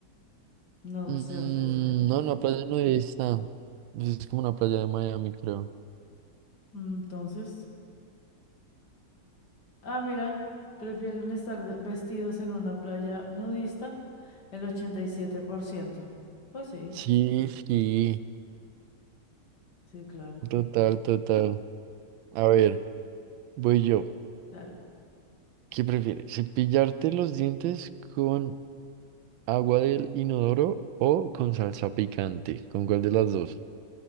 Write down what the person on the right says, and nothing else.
Mm,
no,
en la playa nudista. Pues Es como una playa de Miami, creo.
Sí, sí,
total, total. A ver. Voy yo.
¿Qué prefieres? ¿Cepillarte los dientes con agua del inodoro o con salsa picante? ¿Con cuál de las dos?